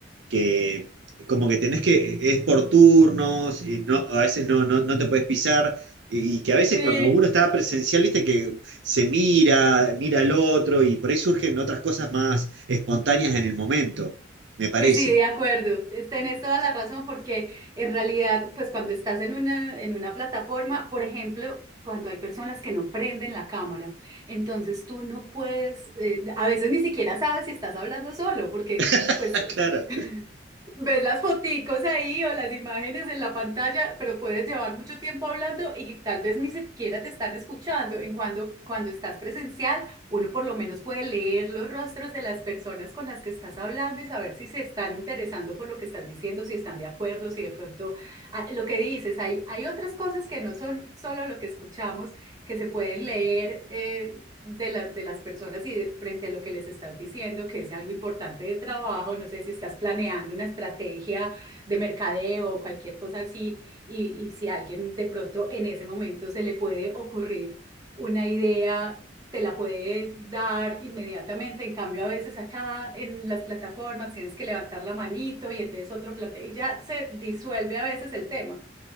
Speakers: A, on the right; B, on the right.
A: que como que tenés que, es por turnos y no, a veces no, no, no te puedes pisar. Y que a veces
B: Sí.
A: cuando uno está presencial, viste que se mira, mira al otro y por ahí surgen otras cosas más espontáneas en el momento, me parece.
B: Sí, sí, de acuerdo. Es- Tenés toda la razón porque en realidad, pues cuando estás en una, en una plataforma, por ejemplo, cuando hay personas que no prenden la cámara, entonces tú no puedes, eh, a veces ni siquiera sabes si estás hablando solo porque
A: <laughs>
B: pues
A: Claro.
B: <laughs> ves las foticos ahí o las imágenes en la pantalla, pero puedes llevar mucho tiempo hablando y tal vez ni siquiera te están escuchando. En cuando, cuando estás presencial uno por lo menos puede leer los rostros de las personas con las que estás hablando y saber si se están interesando por lo que estás diciendo, si están de acuerdo, si de pronto ah, lo que dices, hay, hay otras cosas que no son solo lo que escuchamos, que se pueden leer eh, de, la- de las personas y de- frente a lo que les estás diciendo, que es algo importante de trabajo, no sé si estás planeando una estrategia de mercadeo o cualquier cosa así, y, y si a alguien de pronto en ese momento se le puede ocurrir una idea te la puede dar inmediatamente. En cambio, a veces acá en las plataformas tienes que levantar la manito y entonces otro planteo y ya se disuelve a veces el tema.